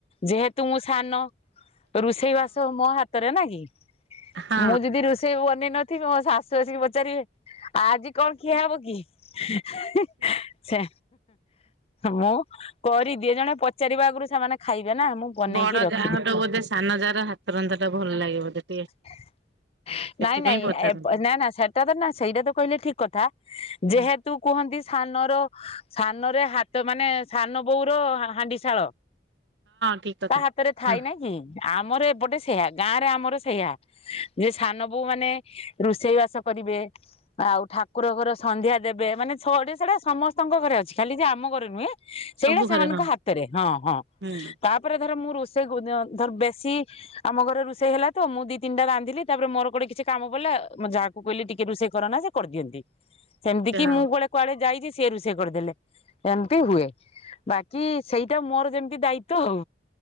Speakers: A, on the left; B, on the right.
A: ଯେହେତୁ ମୁଁ ସାନ ରୋଷେଇ ବାସ ମୋ ହାତରେ ନା କି
B: ହଁ
A: ମୁଁ ଯଦି ରୋଷେଇ ବନେଇ ନଥିବି ମୋ ଶାଶୁ ଆସିକି ପଚାରିବେ ଆଜି କଣ ଖିଆ ହବ କି <unintelligible> ସେ ମୁଁ କରିଦିଏ ଜଣେ ପଚାରିବା ଆଗରୁ ସେମାନେ ଖାଇବେ ନା ମୁଁ ବନେଇକି
B: ବଡ
A: ରଖିଦିଏ।
B: ଯାଠୁ ବୋଧେ ସାନ ଯା ର ହାତ ରନ୍ଧା ଟା ଭଲ ଲାଗେ। <unintelligible>
A: <unintelligible>
B: ସେଥିପାଇଁ ପଚାରନ୍ତି
A: ଯେହେତୁ
B: ହଁ
A: କୁହନ୍ତି ସାନର ସାନରେ ହାତ ମାନେ ସାନ ବୋଉର ହାଣ୍ଡି ଶାଳ।
B: ଠିକ କଥା।
A: ତା ହାତରେ ଥାଇ
B: ହଁ
A: ନାଇ କି ଆମର ଏପଟେ ସେଆ। ଗାଁ ରେ ଆମର ସେଇଆ ଯେ ସାନ ବୋଉ ମାନେ ରୋଷେଇ ବାସ କରିବେ ଆଉ ଠାକୁର ଘର ସନ୍ଧ୍ୟା ଦେବେ ମାନେ ଛଆଡେ ସେଟା ସମସ୍ତଙ୍କ ଘରେ ଅଛି ଖାଲି ଯେ ଆମ ଘରେ ନୁହେଁ। ସେଇଟା
B: ସବୁ ଘରେ
A: ସେମାନଙ୍କ
B: ହଁ
A: ହାତରେ ହଁ ହଁ
B: ହୁଁ
A: ତାପରେ ଧର ମୁଁ ରୋଷେଇ ଧର ବେଶୀ ଆମ ଘରେ ରୋଷେଇ ହେଲା ତ ମୁଁ ଦି ତିନିଟା ରାନ୍ଧିଲି ତାପରେ ମୋରୋେ କିଛିକାମ ପଡିଲ ମୋ ଯାହାକୁ କହିଲି ଟିକେ ରୋଷେଇ କର ନା ସେ କରିଦିଅନ୍ତି। ସେମିତି
B: ଯାହା
A: କି ମୁଁ
B: ହଉ।
A: ଗଳେ କୁଆଡେ ଯାଇଛି ସିଏ ରୁଷେଇ କରିଦେଲେ ଏମିତି ହୁଏ ବାକି ସେଇଟା ମୋର ଯେମିତି ଦାୟିତ୍ଵ ଆଉ।